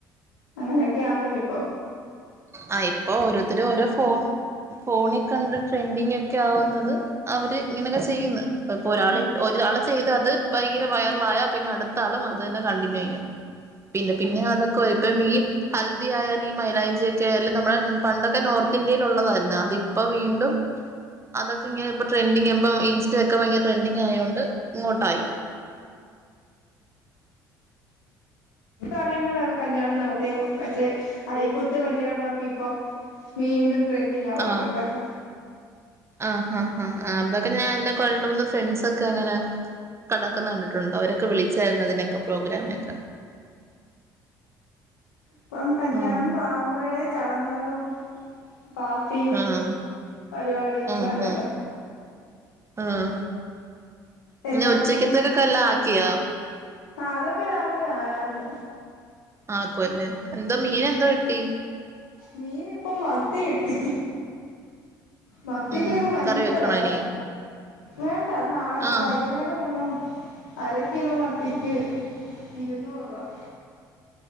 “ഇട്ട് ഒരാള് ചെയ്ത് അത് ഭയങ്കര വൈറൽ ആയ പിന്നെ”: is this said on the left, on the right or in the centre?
Right